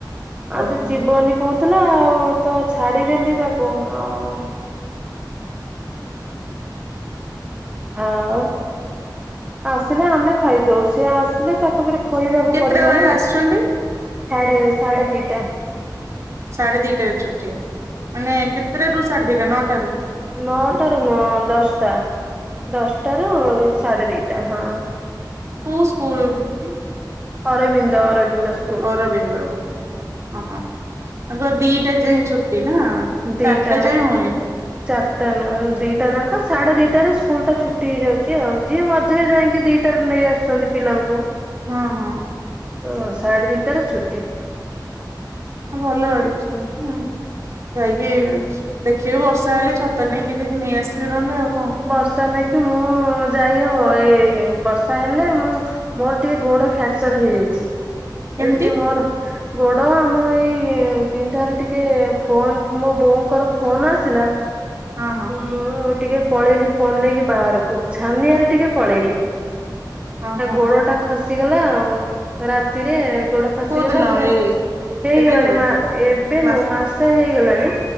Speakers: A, on the right; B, on the right.
A: ଆଜି
B: ଓହୋ
A: ଯିବନି କହୁଥିଲା ଆଉ ତ ଛାଡିଦେଲି ତାକୁ ଆଉ। ଆଉ ଆସିଲେ ଆମେ ଖାଇଦଉ ସିଏ ଆସିଲେ ତାକୁ ବି ଖୋଇବାକୁ
B: କେତେଟା
A: ପଡିବ
B: ବେଳେ
A: ନା
B: ଆସୁଛନ୍ତି
A: ସାଢେ ସାଢେ ଦିଟା।
B: ସାଢେ ଦିଟାରେ ଛୁଟି, ମାନେ କେତେଟା ରୁ ସାଢେ ଦିଟା? ନଅଟା ରୁ
A: ନଅଟା ରୁ ନୁହଁ ଦଶଟା। ଦଶଟା ରୁ ସାଢେ ଦିଟା, ହଁ।
B: କୋଉ ସ୍କୁଲ <inaudible>
A: ଅରବିନ୍ଦ ଅରବିନ୍ଦ ସ୍କୁ
B: ଅରବିନ୍ଦ ଓହୋଃ, ତାଙ୍କ ଦିଟା ଯାଏ ଛୁଟି ନା।
A: ଦିଟା
B: ଚାରିଟା ଯାଏଁ ହଉନି।
A: ଚାରିଟା ନୁହଁ ଦିଟା ଯାଙ୍କ ସାଢେ ଦିଟାରେ ସ୍କୁଲ ଟା ଛୁଟି ହେଇଯାଉଛି ଆଉ ଯିଏ ମଝିରେ ଯାଇକି ଦି ଟାରୁ ନେଇ ଆସୁଛନ୍ତି ପିଲାଙ୍କୁ।
B: ହଁ, ହଁ।
A: ଓ ସାଢ଼େ ଦିଟାରେ ଛୁଟି।
B: ଭଲ ଅଛି ହୁଁ। ଯାଇକି ଦେଖିବେ ବର୍ଷା ହେଲେ ଛତା ନେଇକି ଯାଇକି ନେଇଆସିବେ ନହେଲେ ଆଉ କଣ।
A: ବର୍ଷା ନେଇକି ମୁଁ ଯାଇହବ ଏଇ ବର୍ଷା ହେଲେ ମୁଁ ମୋର ଟିକେ ଗୋଡ ଫାକ୍ଚର ହେଇଯାଇଛି।
B: କେମିତି
A: ଏବେ ଟିକେ ମୋର ଗୋଡ ଆମ ଏଇ ପିନ୍ଢାରୁ ଟିକେ ଟିକେ ଫୋନ୍ ମୋ ବୋଉଙ୍କର ଫୋନ୍ ଆସିଲା
B: ହଁ ହଁ
A: ମୁଁ ଟିକେ ପଳେଇଲି ଫୋନ୍ ନେଇକି ବାହାରକୁ ଛାନିଆରେ ଟିକେ ପଳେଇଲି
B: ହଁ ହଁ
A: ଗୋଡ ଟା ଖସି ଖସିଗଲା ଆଉ ରାତିରେ ଗୋଡ। ଖସିଗଲା
B: କୋଉ ଦିନ
A: ପୁରା
B: ଏଇ
A: ହେଇଗଲାଣି
B: ଏବେ କେବେ
A: ମା ଏବେ
B: ମାସ
A: ନୁହଁ ମାସେ ହେଇଗଲାଣି।